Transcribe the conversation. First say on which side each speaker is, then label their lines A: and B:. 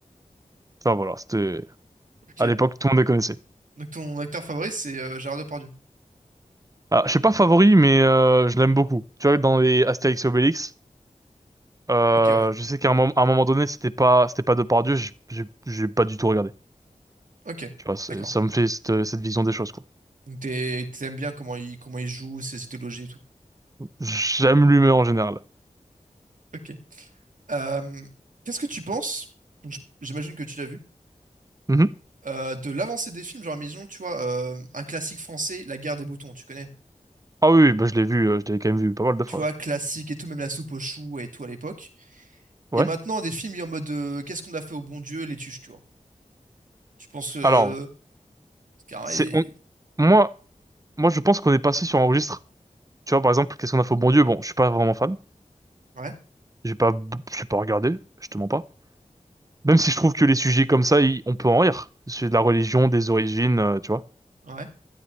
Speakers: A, on the right; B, on the right.
A: Enfin voilà, c'était
B: Ok.
A: à l'époque, tout le monde les connaissait.
B: Donc ton acteur favori, c'est euh, Gérard Depardieu.
A: Ah, je sais pas favori, mais euh, je l'aime beaucoup. Tu vois, dans les Astérix et Obélix. Euh,
B: Ok, ouais.
A: je sais qu'à un moment, à un moment donné, c'était pas, c'était pas Dieu j'ai j'ai- j'ai pas du tout regardé.
B: Ok,
A: Tu vois, c'est-
B: d'accord.
A: ça me fait cette, cette vision des choses, quoi.
B: Donc t'es- t'aimes bien comment il, comment il joue, ses idéologies et tout.
A: J'aime l'humeur en général.
B: Ok. Euh, qu'est-ce que tu penses? Donc, j- J'imagine que tu l'as vu.
A: Mhm.
B: Euh, de l'avancée des films, genre, maison, tu vois, euh, un classique français, La Guerre des boutons, tu connais?
A: Ah oui, oui, bah je l'ai vu, euh, je l'ai quand même vu pas mal de
B: Tu
A: fois,
B: vois,
A: ouais.
B: classique et tout, même la soupe aux choux et tout à l'époque.
A: Ouais.
B: Et maintenant, des films en mode euh, qu'est-ce qu'on a fait au bon Dieu, les tuches, tu vois. Tu penses euh,
A: Alors,
B: carré,
A: c'est, on- moi, moi, je pense qu'on est passé sur un registre. Tu vois, par exemple, qu'est-ce qu'on a fait au bon Dieu? Bon, je suis pas vraiment fan.
B: ouais,
A: J'ai pas, je suis pas regardé, je te mens pas. Même si je trouve que les sujets comme ça, ils- on peut en rire. C'est de la religion, des origines, euh, tu vois.
B: ouais.